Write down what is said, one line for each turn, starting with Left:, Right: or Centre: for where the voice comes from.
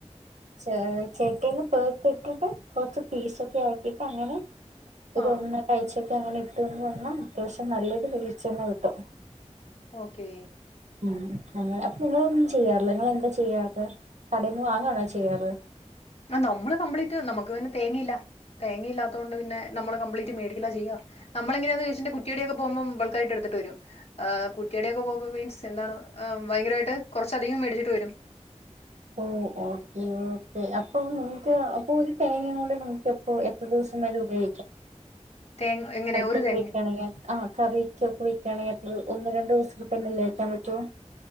Right: ച ചേട്ടിന്ന് പേർത്തിട്ടിട്ട് കൊറച്ച് പീസൊക്കെ ആക്കിട്ട് അങ്ങനെ ഇതൊന്ന
Left: ആഹ്
Right: കാഴ്ചൊക്കെ അങ്ങനെ ഇത്തുന്ന് പറഞ്ഞാ അത്യാവശ്യം നല്ലൊരു വെളിച്ചുണ്ണ കിട്ടും.
Left: ഓക്കേ
Right: ഉ അങ്ങനെ അപ്പൊ നിങ്ങളൊന്നും ചെയ്യാറില്ല നിങ്ങെന്താ ചെയ്യാത് പ വാങ്ങണോ ചെയ്യാറ്
Left: ആ നമ്മള് കംപ്ലീറ്റ് നമുക്ക് ഇങ്ങനെ തേങ്ങയില്ല. തേങ്ങയില്ലാത്തുകൊണ്ട്ന്ന നമ്മ കംലീറ്റ് മേടിക്കില്ല ചെയ്യ നമ്മള എങ്ങെയാന്ന് ചെച്ചിട്ട് കുറ്റടൊക്കെ പോുമ്പോൾ ബൾക്കായിട്ട് എടുത്ത് കുട്ടിയടടിൊക്കെ പോകുമ്പ മിൻസ് എന്താണ് ഭയങ്കരമായിട്ട് കുറച്ചധികം മേടിച്ചിട്ട് വരും
Right: ഓ ഓക്കെ ഓക്കെ അപ്പൊ നിങ്ങക്ക് അപ്പൊ ഈ തേങ്ങൂടെ നമക്ക്പ്പോ എത്ര ദിവസം. പയോഗ
Left: തേങ്ങ എങ്ങനെ ഒരു
Right: കക്കെണെങ്ക
Left: തേങ്ങ
Right: <unintelligible> ആെ ണെങ്ക ഒന്ന് രണ്ടു ദിവസത്തി തന്നെല്ലേക്കാൻ പറ്റുവൊ